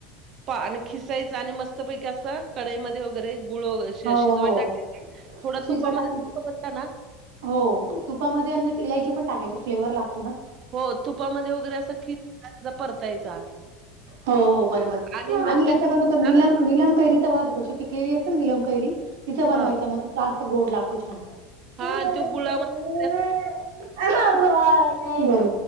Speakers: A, on the right; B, on the right.
A: पा आणि खिसायच आणि मस्त पैकी असं कढईमध्ये वगैरे. गुळ वगैरे शिज-शिजवाय
B: हो, हो.
A: टाकायचं. थोडा
B: शिजवत
A: तुपामध्ये
B: टाकून
A: परतलं ना
B: हो तुपामध्ये आणि त्यात इलायची पण टाकायची, फ्लेवर लागतो ना.
A: हो तुपामध्ये वगैरे असं खिसायचा त्याचा परतायचा
B: हो हो बरोबर.
A: आणि मग
B: आम्ही
A: त्याच्या
B: याच बनवतो. निल-निलम कैरीचा बनवतो. तो पिकलेली असते ना निलम कैरी तिच बनवायचं,
A: हा
B: मग ते जास्त गोड लागतो छान.
A: हा
B: <unintelligible>
A: आणि तो गुळामध्ये
B: बर बर